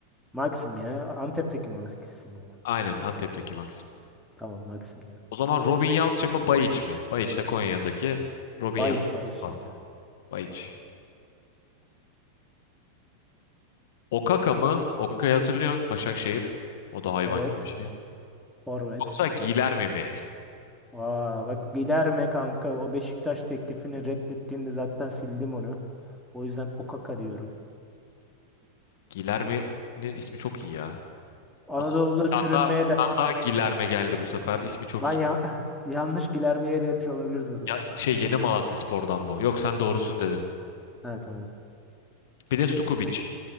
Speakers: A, in the centre; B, on the left.
A: Maxim ya. Antep'teki Maxim ya.
B: Aynen, Antep'teki Maxim.
A: Tamam Maxim diyorum.
B: O zaman Robin Yalçın mı, Bayiç mi? Bayiç de Konya'daki
A: Bayiç
B: Robin Yalçın.
A: Bayiç
B: Sivas.
A: ya.
B: Bayiç. Okaka mı? Okaka'yı hatırlıyorsun. Başakşehir. O da hayvan
A: Evet.
B: gibi bir şey.
A: Forvet.
B: Yoksa Gilerme mi?
A: Aa, bak Guilherme kanka o Beşiktaş teklifini reddettiğinde zaten sildim onu. O yüzden Okaka diyorum.
B: Gilerme'nin ismi çok iyi ya.
A: Anadolu'da
B: Aa, bir
A: sürünmeye
B: tane daha, bir
A: devam
B: tane daha
A: etsin.
B: Gilerme geldi bu sefer. İsmi çok
A: Ben
B: iyi.
A: ya <laughs> yanlış Guilherme'yi elemiş olabiliriz o zaman.
B: Ya şey Yeni Malatyaspor'dan bu. Yok sen doğrusun dedin.
A: Ha tamam.
B: Bir de Sukubic.